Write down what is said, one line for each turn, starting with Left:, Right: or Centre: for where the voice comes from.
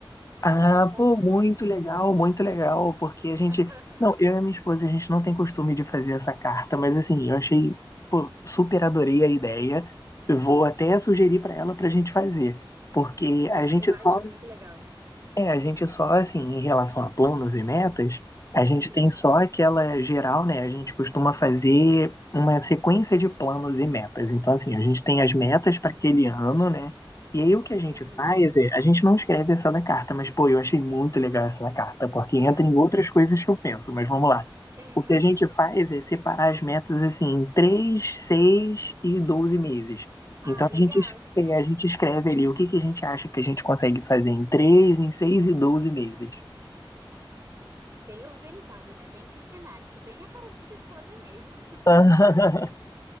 Right: isso,
Left: Ah,
Right: exatamente.
Left: pô, muito legal, muito legal, porque a gente.
Right: <laughs>
Left: Não, eu e minha esposa, a gente não tem costume de fazer essa carta, mas assim, eu achei, pô, super adorei a ideia. Eu vou até sugerir para ela para a gente fazer, porque a
Right: Sim,
Left: gente
Right: eu acho
Left: só
Right: muito legal.
Left: é, a gente só, assim, em relação a planos e metas, a
Right: Uhum,
Left: gente tem só aquela geral, né? A gente costuma fazer uma sequência de planos e metas. Então, assim, a gente tem as metas
Right: uhum,
Left: para aquele ano, né? E aí o que a gente
Right: uhum.
Left: faz é, a gente não escreve essa da carta, mas, pô, eu achei muito legal essa da carta, porque
Right: É.
Left: entra em outras coisas que eu penso, mas vamos lá.
Right: <laughs>
Left: O que a gente faz é separar as metas, assim, em 3, 6 e 12 meses.
Right: Ah,
Left: Então,
Right: legal.
Left: a gente e a gente escreve ali o que, que a gente acha que a gente consegue fazer em três em seis e doze meses.
Right: Bem organizado, né? Bem sistemático, bem a cara da sua esposa mesmo.
Left: <laughs>